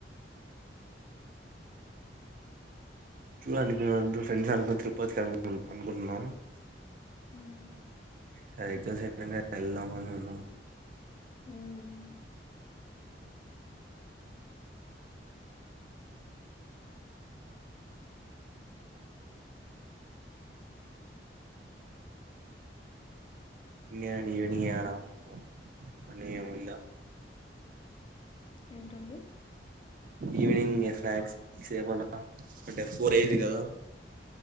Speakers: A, on the right; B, on the left.
A: ట్లండి మేమంద్రు ఫ్రెండ్సన్కోన్ తిరుపతికి అనుకు అనుకుంటున్నాం.
B: హుమ్
A: ఇసారెగ్జామ్స్ అయ్పెయ్నాకెళ్దామనున్నాం.
B: ఉమ్
A: <unintelligible>
B: ఏంటండి.
A: ఈవినింగె స్నాక్స్ సేమన అంటె ఫోరైంది కద.